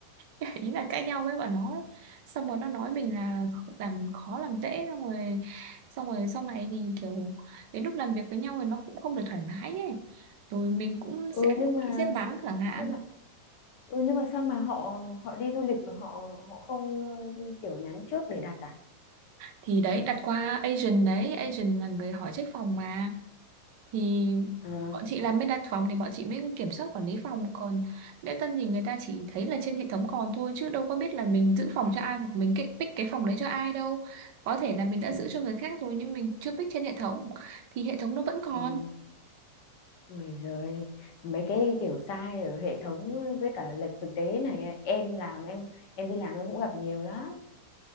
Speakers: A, on the right; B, on the left.
A: <laughs> ý là cãi nhau với bọn nó ấy. xong rồi nó nói mình là làm khó làm dễ xong rồi xong rồi sau này thì kiểu đến lúc làm việc với nhau thì nó cũng không được thoải mái ấy rồi mình cũng
B: Ừ
A: sẽ
B: nhưng mà
A: bị sét mắng chẳng hạn
B: nhưng mà ừ nhưng mà sao mà họ họ đi du lịch mà họ họ không ờ, kiểu nhắn trước để đặt à?
A: thì đấy đặt qua agent đấy agent là người hỏi trách phòng mà thì
B: À.
A: bọn chị làm bên đặt phòng thì bọn chị mới kiểm soát quản lý phòng còn lễ tân thì người ta chỉ thấy là trên hệ thống còn thôi chứ đâu có biết là mình giữ phòng cho ai hoặc mình cái- pick cái phòng đấy cho ai đâu có thể là mình đã
B: Ừ.
A: giữ cho người khác rồi nhưng mình chưa pick trên hệ thống thì hệ thống nó vẫn còn
B: ừ. Ôi giời, mấy cái kiểu sai ở hệ thống với cả lệch thực tế này ấy, em làm em em đi làm em cũng gặp nhiều lắm.